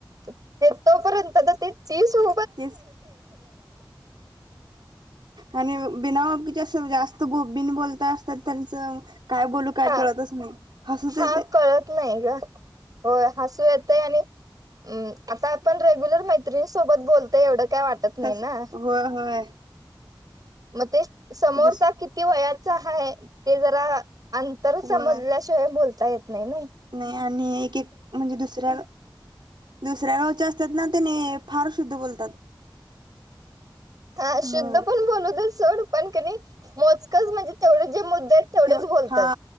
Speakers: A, on the right (about 50°); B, on the right (about 65°).
A: ते तोपर्यंत तर ते तीस हो
B: ते आणि बिनावाच्या जास्त बोबबीन बोलता असतात त्यांचं काय बोलू काय
A: हा
B: कळतच नाही हसुच
A: हा
B: येतय.
A: कळत नाही ग होय हसू येतय आणि. हम् आता आपण रेग्युलर मैत्रिणीसोबत बोलतोय एवढं काय वाटत. नाही
B: तस
A: ना
B: होय होय
A: मग ते समोरचा
B: दुस
A: किती वयाचा हाय ते जरा अंतर समजल्याशिवाय
B: होय
A: बोलता येत ना.
B: नाही आणि एक एक म्हणजे दुसऱ्या दुसऱ्या गावच्या असतात ना त्याने फार शुद्ध बोलतात.
A: हा शुद्ध
B: मग
A: पण बोलू दे सोड पण कणी मोजकच म्हणजे तेवढे जे मुद्दे आहेत. तेवढेच
B: तेव
A: बोलतात
B: हा